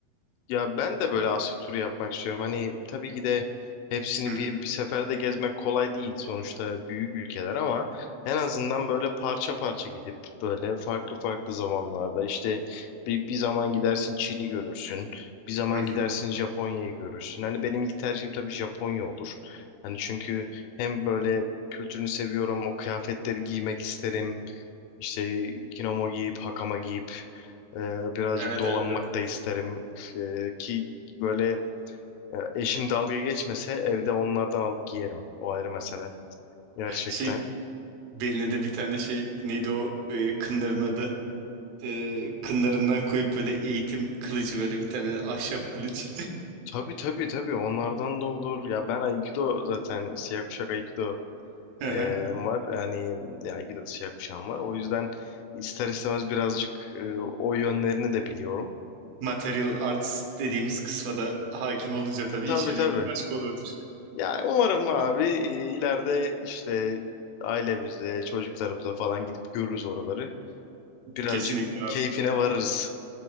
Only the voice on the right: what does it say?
Hı
hı. hı.
Evet
evet evet. evet.
Şey Beline de bir tane şey neydi o e, kınların adı. E, kınlarından koyup böyle eğitim kılıcı böyle bir tane de ahşap kılıç.
<laughs> Hı hı.
Material arts dediğimiz kısma da hakim olunca tabii
işin
rengi başka oluyordur.
Kesinlikle abi.